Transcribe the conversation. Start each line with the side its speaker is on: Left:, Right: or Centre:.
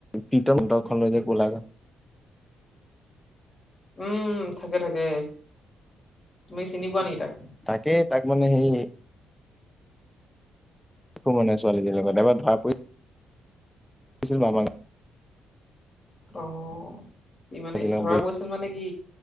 Centre: পট তখন লৈ য গলাগা।
Left: উম থাকে থাকে তুমি চিনি পোৱা নেকি তাক?
Centre: তাকেই তাক মানে সেই একো হোৱা নাই ছোৱালীজনীৰ লগত এবাৰ ধৰা পৰিছিল মামাক
Left: অ কি মানে
Centre: লগত
Left: ধৰা
Centre: বহি
Left: পৰিছিল মানে কি?